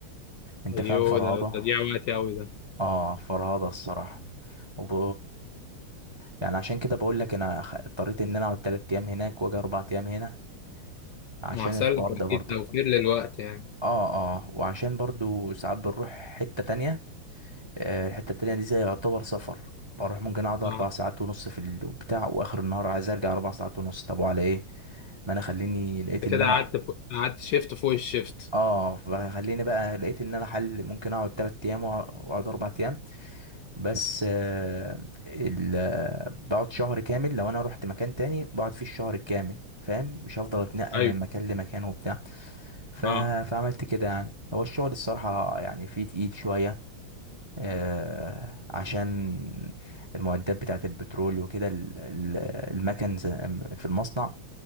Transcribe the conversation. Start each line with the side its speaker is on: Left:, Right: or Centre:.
Right: انت
Left: ايوه
Right: فاهم فرهضة
Left: ده تضييع وقت قوي ده
Right: اه فرهضة الصراحة وب... يعني عشان كده بقول لك انا خ- اضطريت ان انا اقعد تلات ايام هناك واجي اربع ايام هنا عشان
Left: ما احسن
Right: الحوار
Left: لك اكيد
Right: ده برضه
Left: توفير للوقت يعني
Right: اه اه وعشان برضه ساعات بنروح حتة تانية آه، الحتة التانية دي زي يعتبر سفر بروح ممكن اقعد اربع
Left: اه
Right: ساعات ونص في البتاع واخر النهار عايز ارجع اربع ساعات ونص طب وعلى ايه ما انا خليني لقيت
Left: انت
Right: ان
Left: كده
Right: انا
Left: قعدت فوق... قعدت شيفت فوق الشيفت
Right: اه فخليني بقى لقيت ان انا حل ممكن اقعد تلات ايام وأع- واقعد اربع ايام بس آه ال... آه، بقعد شهر كامل لو انا رحت مكان تاني بقعد فيه الشهر الكامل فاهم مش هفضل اتنقل
Left: ايوه
Right: من مكان لمكان وبتاع ف...
Left: اه
Right: فعملت كده يعني هو الشغل الصراحة يعني فيه تقيل شوية آه، عشان المعدات بتاعة البترول وكده ال- ال- المكن ز- في المصنع